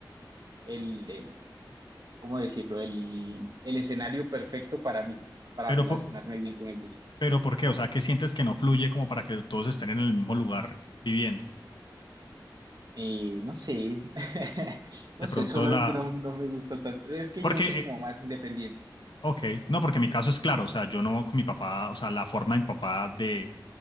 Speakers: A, on the right; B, on the left.
A: el, el, ¿cómo decirlo? El, el escenario perfecto para mí, para
B: Pero,
A: relacionarme
B: po-
A: bien con ellos.
B: Pero ¿por qué? O sea, ¿qué sientes que no fluye como para que todos estén en el mismo lugar viviendo?
A: Eh, no sé, <laughs> no
B: De
A: sé,
B: pronto
A: solamente
B: la...
A: no, no me gusta tanto. Es que
B: Porque,
A: yo soy como
B: eh,
A: más independiente.
B: ok, no, porque mi caso es claro, o sea, yo no con mi papá, o sea, la forma de mi papá de,